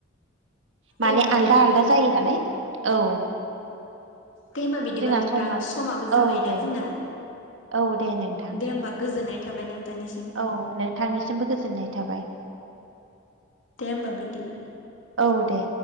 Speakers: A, on the left (about 75°); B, on the right (about 75°).
A: दे
B: माने
A: होमबा
B: आलदा
A: बिदिबा
B: आलदा जायो नालाय औ
A: दे होम्बा बिदिबा
B: जोंहा
A: नोंथां समाबो
B: औ
A: जाबाय ना
B: दे
A: जोंना
B: औ दे नोंथां
A: दे होनबा गोजोननाय थाबाय नोंथांनिसिम
B: औ नोंथांनिसिमबो गोजोननाय थाबाय
A: दे होनबा बेदिनो
B: औ दे